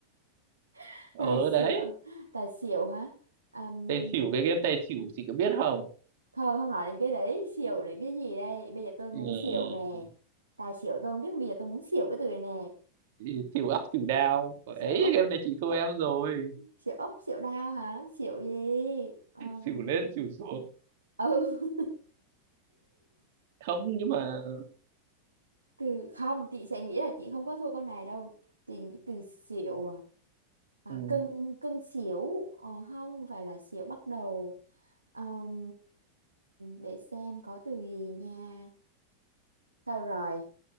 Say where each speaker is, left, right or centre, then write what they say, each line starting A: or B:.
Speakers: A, on the right; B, on the right.
A: <laughs>
B: ở
A: tài xỉu
B: đấy
A: tài xỉu hả Ừm,
B: tài xỉu cái game tài xỉu chị có biết không
A: thôi không nói đến cái đấy xỉu đến cái gì đây bây giờ tôi muốn
B: ừ.
A: xỉu nè tài xỉu tôi không biết bây giờ tôi muốn xỉu cái từ này nè
B: chị xỉu up xỉu down ấy
A: xỉu ốc
B: game này chị thua em rồi
A: xỉu ốc xỉu đao hả xỉu gì Ừm,
B: xỉu lên xỉu xuống
A: ừ
B: không nhưng mà
A: từ không chị sẽ nghĩ là chị không có thua câu này đâu chị nghĩ từ xỉu à, à
B: ừ.
A: cân cân xỉu ờ, không phải là xỉu bắt đầu Ờm, để xem có từ gì nha thôi rồi